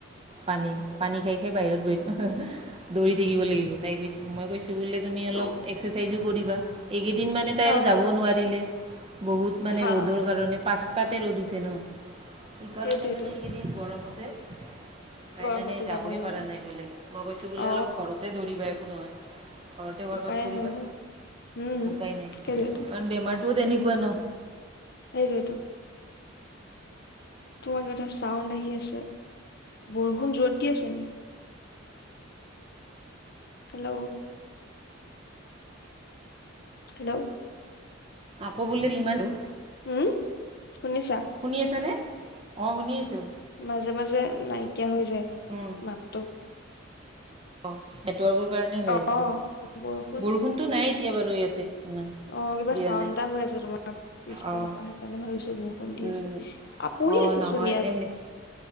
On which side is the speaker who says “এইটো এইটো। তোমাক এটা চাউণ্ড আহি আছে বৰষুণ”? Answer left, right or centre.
Left